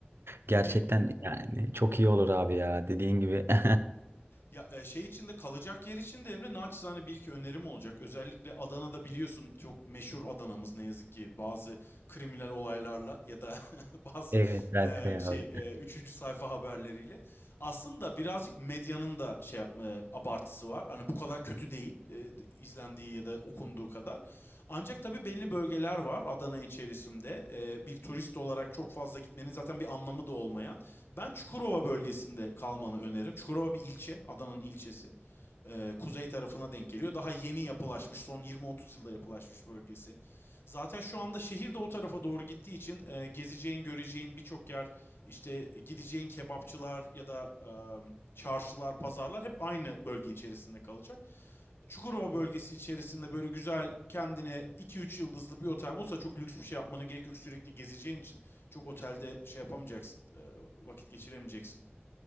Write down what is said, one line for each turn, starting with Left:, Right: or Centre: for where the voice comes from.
Right: Gerçekten
Left: Bir
Right: yani çok iyi olur abi ya dediğin gibi. <laughs>
Left: Ya e, şey için de kalacak yer için de Emre naçizane bir iki önerim olacak. Özellikle Adana'da biliyorsun çok meşhur Adana'mız ne yazık ki bazı kriminal olaylarla ya da <laughs> bazı
Right: Evet Berkay
Left: e, şey
Right: abi.
Left: e, üçüncü sayfa haberleriyle. Aslında birazcık medyanın da şey yapma e, abartısı var. Hani bu kadar kötü değil e, izlendiği ya da okunduğu kadar. Ancak tabii belli bölgeler var Adana içerisinde. E, bir turist olarak çok fazla gitmenin zaten bir anlamı da olmayan. Ben Çukurova bölgesinde kalmanı öneririm. Çukurova bir ilçe, Adana'nın ilçesi e, kuzey tarafına denk geliyor. Daha yeni yapılaşmış, son 20-30 yılda yapılaşmış bölgesi. Zaten şu anda şehir de o tarafa doğru gittiği için e, gezeceğin, göreceğin birçok yer, işte gideceğin kebapçılar ya da e, çarşılar, pazarlar hep aynı bölge içerisinde kalacak. Çukurova bölgesi içerisinde böyle güzel kendine 2-3 yıldızlı bir otel bulsa çok lüks bir şey yapmana gerek yok. Sürekli gezeceğin için çok otelde şey yapamayacaksın, e, vakit geçiremeyeceksin